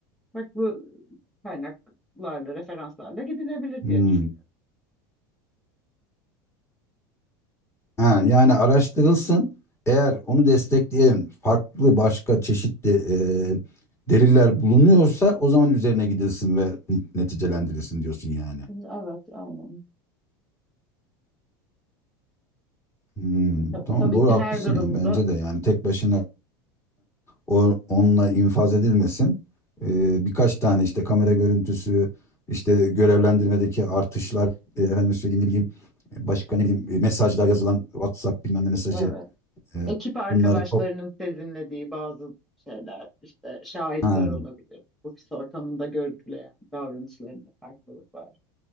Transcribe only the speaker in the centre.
farklı kaynaklarla, referanslarla gidilebilir
diye düşünüyorum.
Evet, aynen.
Ta-
Tabii
ki
her durumda
evet
ekip arkadaşlarının
sezinlediği bazı şeyler, işte şahitler
olabilir. Ofis ortamında görüntüleyen davranışlarında farklılık var.